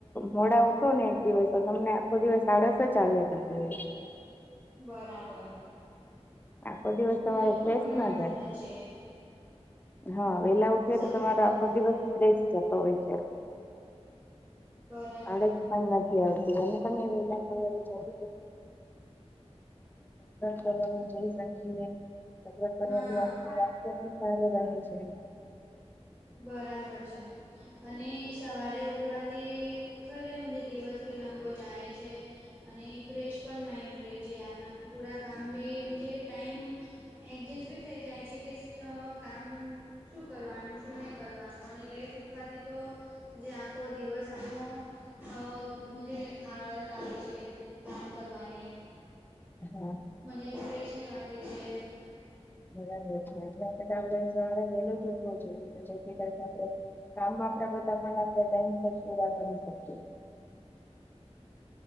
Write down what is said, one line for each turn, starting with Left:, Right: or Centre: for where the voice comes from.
Left: મોડા ઊઠ ઠશો ને એક દિવસ તો તમને આખો દિવસ આળસ જ આવ્યા કરતી હોય.
Right: બરાબર.
Left: આખો દિવસ તમારો
Right: મજે ખૂબ
Left: ફ્રેશ
Right: ઘણા
Left: ના
Right: ફાયદા
Left: જાય
Right: છે.
Left: હા. વહેલા ઉઠીએ
Right: સવારે
Left: તો તમારો
Right: ઉઠવાથી
Left: આખો દિવસ ફ્રેશ જતો હોય છે.
Right: બરાબર
Left: આળસ પણ નથી આવતી. અને તમે વહેલાં <unintelligible> કસરત કરવા પણ જઈ શકીએ. કસરત કરવાથીં
Right: હા
Left: આપણા સ્વાસ્થ્યની સારી બને છે.
Right: બરાબર છે. અને સવારે ઉઠવાથી ખરે મજે દિવસ ભી લાંબો જાય છે. અને ફ્રેશ પણ માઈન્ડ રહે છે. આપના પૂરા કામ ભી મજે ટાઈમ એડજસ્ટ બી થઈ જાય છે, કે શ કામ શું કરવાનું, શું નહીં કરવાનું. અને લેટ ઉઠવાથી તો જે આખો દિવસ આપનો અહ મજે આળસ આવે છે, કામ કરવાને.
Left: હા
Right: મને ફ્રેશ ને વાટે છે
Left: બરાબર છે એટલે આપડે સવારે વહેલુ જ ઊઠવું જોઈએ તો જેથી કરીને આપડે કામ આપડા બધા પણ આપણે ટાઈમસર પૂરા કરી શકીએ